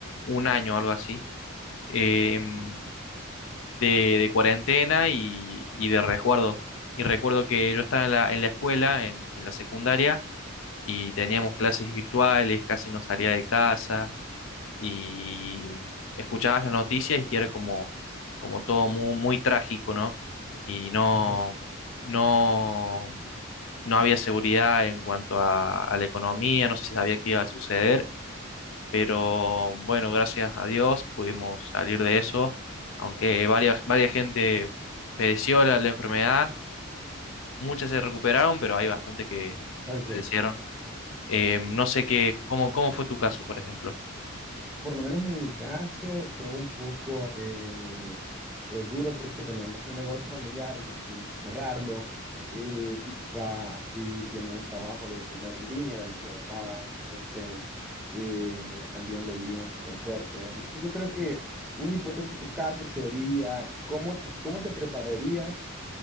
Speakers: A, on the left (about 65°); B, in the centre.
A: un año o algo así, em, de, de cuarentena y, y de resguardo. Y recuerdo que yo estaba en la, en la escuela, en, en la secundaria, y teníamos clases virtuales, casi no salía de casa y escuchabas las noticias y era como, como todo muy, muy trágico, ¿no? Y no,
B: Ujú.
A: no, no había seguridad en cuanto a, a la economía, no se sabía qué iba a suceder, pero bueno, gracias a Dios pudimos salir de eso, aunque varias, varias gente padeció la, la enfermedad, muchas se recuperaron, pero hay bastante que
B: Ok.
A: fallecieron. Eh, no sé qué, cómo, cómo fue tu caso, por ejemplo.
B: Por lo menos en mi caso fue un poco eh, eh, duro porque teníamos un negocio familiar, entonces tuvimos que cerrarlo. Eh, mi papá aquí tiene un trabajo de primera línea, del que lo llamaban, entonces eh, también lo vivimos súper fuerte. Entonces yo creo que un hipotético caso sería, ¿cómo, cómo te prepararías